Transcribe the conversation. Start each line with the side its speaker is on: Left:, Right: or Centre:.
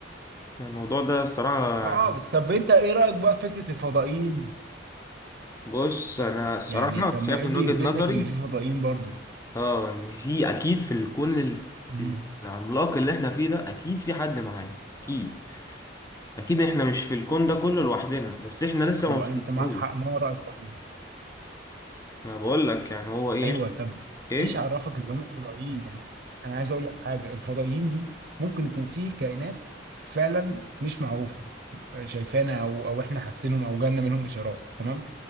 Left: الموضوع ده الصراحة
Right: اه
Left: يعني
Right: طب انت ايه رايك بقى في فكره الفضائيين
Left: بص انا الصراحة
Right: يعني طب ما
Left: شايف
Right: ايه
Left: من
Right: اللي
Left: وجهة
Right: يثبت
Left: نظري
Right: لك اللي فيه فضائيين برضو
Left: اه ان في اكيد في الكون ال-
Right: امم
Left: العملاق اللي احنا فيه ده اكيد في حد معانا اكيد اكيد احنا مش في الكون ده كله لوحدنا بس احنا لسه
Right: هو
Left: ما وصلناهوش
Right: انت معاك حق ما هو رايك طب إيه؟
Left: انا بقول لك يعني هو ايه
Right: ايوه طب
Left: ايه
Right: ايش عرفك ان هم فضائيين يعني انا عايز اقول لك حاجه الفضائيين دي ممكن يكون في كائنات فعلا مش معروفه شايفانا او او احنا حاسينهم او جالنا منهم اشارات تمام